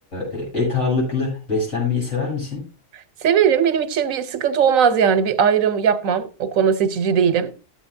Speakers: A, on the left; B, on the right.
A: e, et ağırlıklı beslenmeyi sever misin?
B: Severim benim için bir sıkıntı olmaz yani bir ayrım yapmam o konuda seçici değilim.